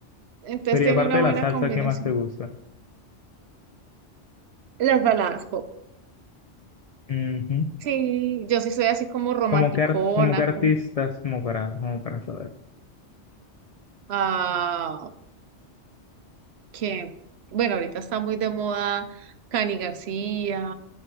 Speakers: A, on the right (about 70°); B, on the left (about 65°).
A: Entonces
B: Pero
A: tiene
B: y aparte
A: una
B: de
A: buena
B: la salsa,
A: combinación.
B: ¿qué más te gusta?
A: Las baladas pop.
B: Ujú.
A: Sí, yo sí soy así como romanticona,
B: Como que, ar- como que artistas,
A: como,
B: como para, como para saber.
A: ah, que, bueno, ahorita está muy de moda Cani García,